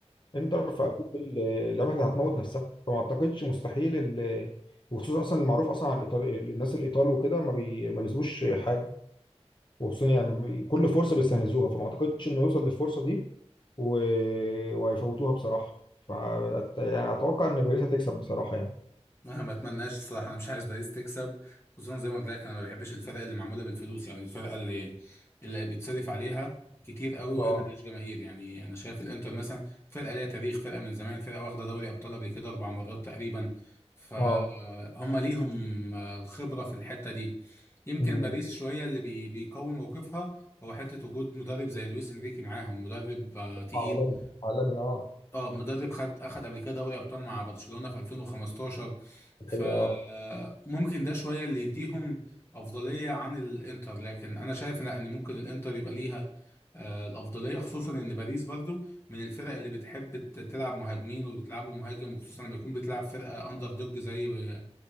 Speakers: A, on the left; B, on the left.
A: انتر فاكيد ال- لعبها هتموت نفسها فما اعتقدش مستحيل ال- وخصوصا اصلا المعروف اصلا عن الإيطال... الناس الايطال وكده ما بي... ما بيسيبوش حاجه وخصوصا يعني كل فرصه بيستنزوها فما اعتقدش انه يوصل للفرصه دي و... وهيفوتوها بصراحه ف يعني اتوقع ان باريس هتكسب بصراحه يعني
B: انا ما اتمناش الصراحه انا مش عايز باريس تكسب خصوصا زي ما قلت لك انا ما بحبش الفرقه اللي معموله بالفلوس يعني الفرقه اللي اللي بيتصرف عليها كتير قوي وهي
A: اه
B: ملهاش جماهير يعني انا شايف الانتر مثلا فرقه ليها تاريخ فرقه من زمان فرقه واخده دوري ابطال قبل كده اربع مرات تقريبا فهم
A: اه
B: ليهم آه، الخبره في الحته دي يمكن
A: مم.
B: باريس شويه اللي بي- بيقوي موقفها هو حته وجود مدرب زي لويس انريكي معاهم مدرب آه، تقيل
A: عالمي عالمي اه
B: اه مدرب خد اخد قبل كده دوري ابطال مع برشلونة في 2015 مم. فممكن
A: هي
B: ده شوية اللي يديهم افضلية عن الانتر لكن انا شايف لا ان ممكن الانتر يبقى ليها آه، الافضلية خصوصا ان باريس برضو من الفرق اللي بتحب ت- تلعب مهاجمين وبتلعبوا مهاجم وخصوصا لما يكون بتلعب فرقة اندر دوج زي